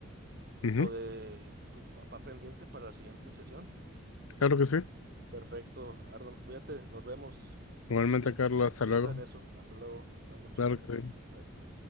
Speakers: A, on the left; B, on the right.
A: ujú.
B: lo de tu papá pendiente para la siguiente sesión?
A: Claro que sí.
B: Perfecto, Arnold, cuídate, nos vemos
A: Igualmente,
B: y pi-
A: Carlos, hasta
B: piensa
A: luego.
B: en eso. Hasta luego, buenas noches.
A: Claro que sí.
B: Bye.